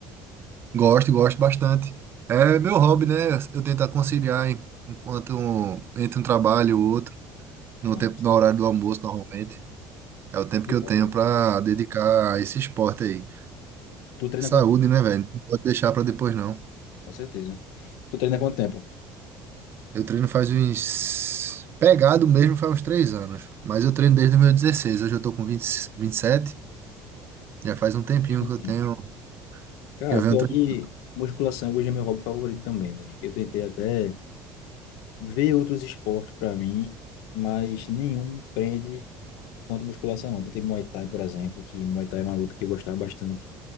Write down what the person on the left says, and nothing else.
Mas,
que
bom.
tu treina
quanto? tempo?
Com certeza. Tu treina quanto tempo?
Bastante
tempo.
Cara,
pior
que musculação hoje é meu hobby favorito também, velho. Eu tentei até ver outros esportes para mim, mas nenhum me prende quanto musculação, não. Tentei Muay Thai, por exemplo, que Muay Thai era uma luta que eu gostava bastante.